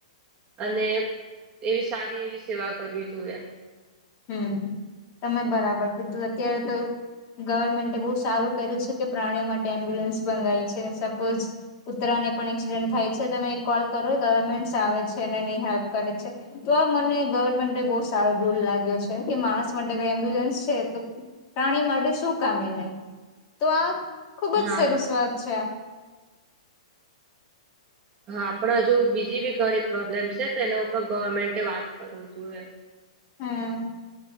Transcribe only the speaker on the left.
હમ તમે બરાબર કીધું અત્યારે તો ગવર્મેન્ટે બહુ સારુ કર્યુ છે, કે પ્રાણીઓ માટે એમ્બ્યુલન્સ મંગાય છે સપોઝ કુતરા ને પણ એક્સિડેન્ટ થાય છે તમે એક કોલ કરો ગવર્મેન્ટસ આવે છે, અને નની હેલ્પ કરે છે. તો આ મને ગવર્મેન્ટ બહ સારો રૂલ લાગે. કે માણસ માટે એમ્બ્યુલન્સ છે, તો પ્રાણી માટે શું કામ એને તો આ ખુબ જ
સરસવાત છે, આ
હમ્મ